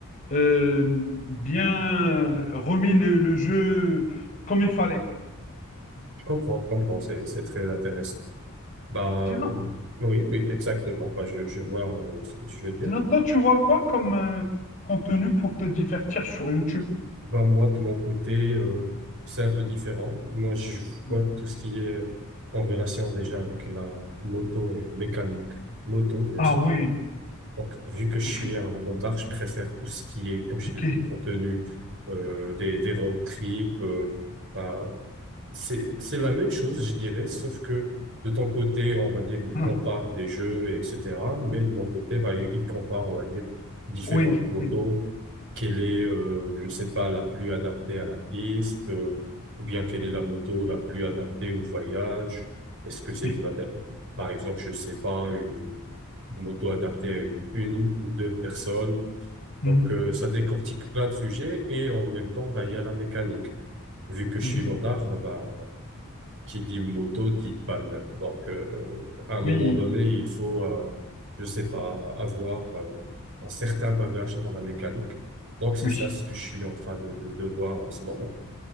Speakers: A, on the left (about 35°); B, on the right (about 60°).
A: euh, bien remis le, le jeu comme il fallait, quoi.
B: Je comprends, je comprends. C'est, c'est très intéressant. Bah,
A: Sinon,
B: euh, oui, oui, exactement. Bah, je, je vois euh, ce que je veux dire.
A: sinon toi, tu vois quoi comme euh, contenu pour te divertir sur YouTube?
B: Bah, moi, de mon côté, euh, c'est un peu différent. Moi, je
A: Hmm.
B: vois tout ce qui est en relation déjà avec la moto et mécanique. Moto, bien
A: Ah
B: sûr.
A: oui,
B: Donc, vu que je
A: ok,
B: suis un motard, je préfère tout ce qui est, comme je
A: ok.
B: l'ai dit, contenu, euh, des, des road trips, euh, bah, c'est, c'est la même chose, je dirais, sauf que de ton côté, on va dire, il
A: Hmm.
B: compare des jeux, etc. Mais de mon côté, bah, il il compare, on va dire, différentes
A: Oui,
B: motos.
A: oui,
B: Quelle est, euh, je ne sais pas, la plus adaptée à la piste, euh, ou bien quelle est la moto la plus adaptée au voyage. Est-ce que c'est
A: oui.
B: une, ada- par exemple, je ne sais pas, une, une moto adaptée à une, une ou deux personnes.
A: Mhm,
B: Donc, euh, ça décortique plein de sujets et en même temps, bah, il y a la mécanique vu que je
A: mhm.
B: suis motard, euh, bah, qui dit moto dit pale. Donc, euh, à un moment
A: Oui,
B: donné, il faut, euh, je sais pas, avoir euh, un certain bagage dans la mécanique. Donc, c'est
A: oui.
B: ça ce que je suis en train de, de, de voir en ce moment.